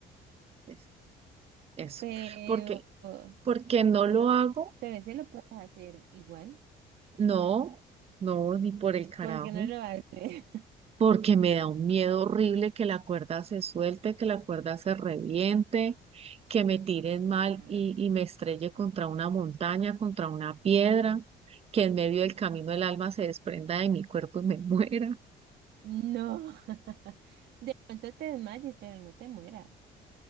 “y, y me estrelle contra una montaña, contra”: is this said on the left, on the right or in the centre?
Right